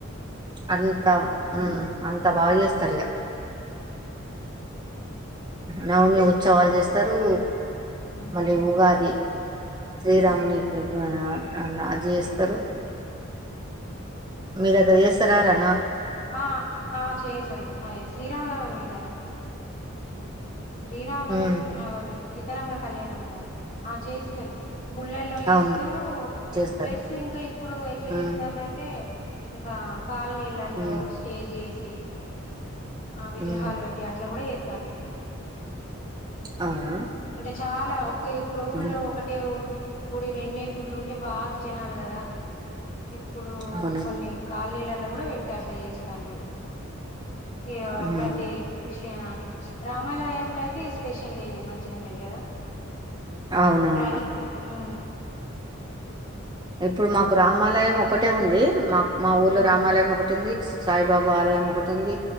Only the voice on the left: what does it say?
హ్మ్.
ఆ ఆ చేసారు శ్రీరామనవమి కదా శ్రీరామనమి
నవమి సీతారాముల కళ్యాణం కదా ఆ చేస్తరు గుళ్ళల్లో చేస్తరు
ప్లస్ ఇంకా ఇప్పుడు ఎట్ల
చేస్తాండ్రంటే ఇంకా కాలనీలల్లో
స్టేజి ఏసి తే ఆ విగ్రహాలు
పెట్టి అట్లా కూడా ఎ తళ్ళు
అంటే చా లా ఒకే ఇప్పుడు
ఊళ్ళో ఒకటే గుడి రెండే గుళ్ళుంటే బాగా జనాలు గదా ఇప్పుడు
కొన్ని కాల్నీల కూడా పెట్టి అట్లా చేస్తాండ్రు ఇగ
ప్రతి ఎగ్జిబిష అది రామాలయంలో అయితే ఇగ స్పెషల్ గా మంచిగ ఉంటది కదా
అ ఇకు ఊ
హ్మ్.